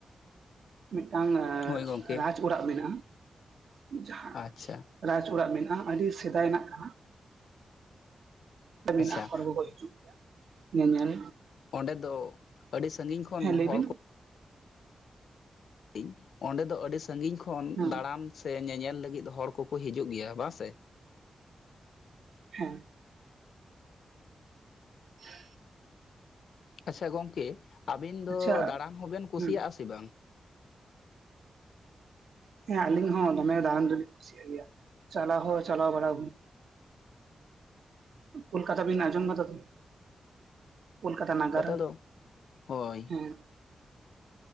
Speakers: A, on the right; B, on the left.
A: ᱢᱤᱜᱴᱟᱝ
B: ᱦᱳᱭ ᱜᱚᱝᱠᱮ
A: ᱨᱟᱡᱽ ᱚᱲᱟᱜ ᱢᱮᱱᱟᱜᱼᱟ, ᱡᱟᱦᱟᱸ
B: ᱟᱪᱪᱷᱟ
A: ᱨᱟᱡᱽ ᱚᱲᱟᱜ ᱢᱮᱱᱟᱜᱼᱟ ᱟᱹᱰᱤ ᱥᱮᱫᱟᱭᱱᱟᱜ ᱠᱟᱱᱟ ᱢᱮᱱᱟᱜ
B: ᱟᱪᱪᱷᱟ
A: ᱟ ᱦᱚᱲ ᱠᱚᱠᱚ ᱦᱤᱡᱩᱜ <unintelligible> ᱧᱮᱧᱮᱞ
B: ᱚᱸᱰᱮ ᱫᱚ ᱟᱹᱰᱤ ᱥᱟᱺᱜᱤᱧ ᱠᱷᱚᱱ
A: ᱦᱮᱸ ᱞᱟᱹᱭ
B: ᱦᱚᱲ
A: ᱵᱤᱱ
B: ᱠᱚ ᱤᱧ ᱚᱸᱰᱮ ᱫᱚ ᱟᱹᱰᱤ ᱥᱟᱺᱜᱤᱧ ᱠᱷᱚᱱ
A: ᱦᱮᱸ
B: ᱫᱟᱬᱟᱱ ᱥᱮ ᱧᱮᱧᱮᱞ ᱞᱟᱹᱜᱤᱫ ᱦᱚᱲ ᱠᱚᱠᱚ ᱦᱤᱡᱩᱜ ᱜᱮᱭᱟ ᱵᱟ ᱥᱮ
A: ᱦᱮᱸ <inaudible>
B: ᱟᱪᱪᱷᱟ ᱜᱚᱝᱠᱮ ᱟᱵᱤᱱ ᱫᱚ
A: ᱟᱪᱪᱷᱟ
B: ᱫᱟᱬᱟᱱ ᱦᱚᱸᱵᱮᱱ ᱠᱩᱥᱤᱭᱟᱜᱼᱟ
A: ᱦᱮᱸ
B: ᱥᱮ ᱵᱟᱝ
A: ᱦᱮᱸ ᱟᱞᱤᱧ ᱦᱚᱸ ᱫᱚᱢᱮ ᱫᱟᱬᱟᱱ ᱫᱚᱞᱤᱧ ᱠᱩᱥᱤᱭᱟᱜ ᱜᱮᱭᱟ ᱪᱟᱞᱟᱣ ᱦᱚᱸ ᱪᱟᱞᱟᱣ ᱵᱟᱲᱟ ᱦᱩᱭ ᱠᱳᱞᱠᱟᱛᱟ ᱵᱤᱱ ᱱᱟᱡᱚᱢ ᱠᱟᱫᱟ ᱛᱚ ᱠᱳᱞᱠᱟᱛᱟ ᱱᱟᱜᱟᱨ
B: ᱠᱟᱛᱷᱟ ᱫᱚ ᱦᱳᱭ
A: ᱦᱮᱸ